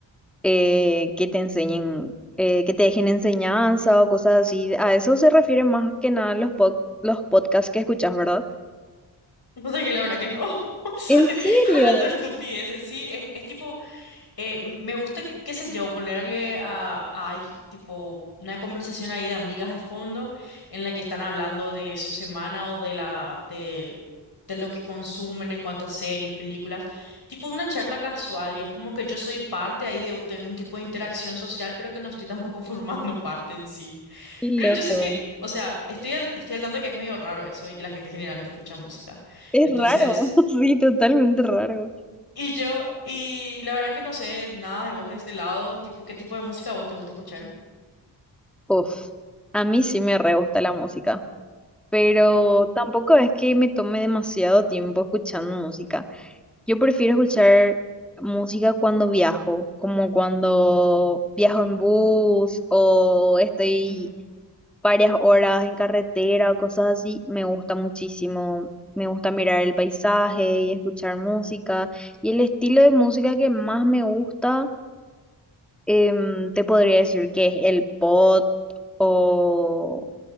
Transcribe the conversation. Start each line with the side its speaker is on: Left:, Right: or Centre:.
Centre: Eh, que te enseñen, eh, que te dejen enseñanza o cosas así. A eso se refiere más que nada los, pod- los podcasts que escuchas, ¿verdad?
Left: <laughs> Cosa que la verdad que no. <laughs> Son
Centre: ¿En
Left: <laughs>
Centre: serio?
Left: hablando estupideces. Sí, es, es tipo eh, m- me gusta, qué qué sé yo, ponerle a, a alguien, tipo una conversación ahí de amigas de fondo en la que están hablando de su semana o de la de, de lo que consumen en cuanto a series, películas, tipo una charla casual y es como que yo soy parte ahí de, de algún tipo de interacción social, pero que no estoy tampoco <laughs> formando parte en sí.
Centre: Qué
Left: Pero
Centre: loco.
Left: yo sé que, o sea, estoy al, estoy al tanto que es medio raro eso y que la gente generalmente escucha música.
Centre: Es
Left: Entonces...
Centre: raro, <laughs> sí, totalmente raro.
Left: Y yo, y la verdad que no sé nada de vos de este lado, tipo, ¿qué tipo de música a vos te gusta escuchar?
Centre: Uf, a mí sí me re gusta la música. pero tampoco es que me tome demasiado tiempo escuchando música. Yo prefiero escuchar música cuando viajo, como cuando viajo en bus o estoy
Left: Ujú,
Centre: varias horas en carretera o cosas así. Me gusta muchísimo. Me gusta mirar el paisaje y escuchar música. Y el estilo de música que más me gusta em, te podría decir que es el pot o...